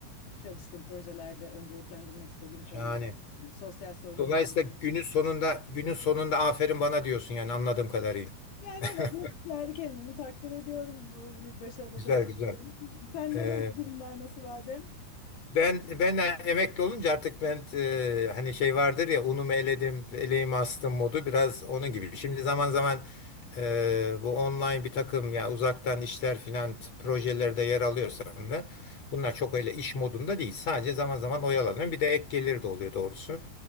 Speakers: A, on the left (about 65°); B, on the left (about 30°).
A: çalıştığım projelerde önceliklendirmek istediğim konular,
B: Yani
A: sosyal sorumluluk
B: dolayısıyla günün sonunda günün sonunda aferin bana diyorsun yani anladığım kadarıyla.
A: Yani
B: <laughs>
A: evet mutlu yani kendimi takdir ediyorum bu hani başarıda
B: Güzel
A: bulunuyorum.
B: güzel.
A: Sende
B: Ee,
A: ne durumlar nasıl Adem?
B: Ben ben emekli olunca artık ben e, hani şey vardır ya unumu eledim, eleğimi astım modu biraz onun gibi. Şimdi zaman zaman e, bu online bir takım ya uzaktan işler filan t- projelerde yer alıyorsam da bunlar çok öyle iş modunda değil. Sadece zaman zaman oyalanıyorum. Bir de ek gelir de oluyor doğrusu.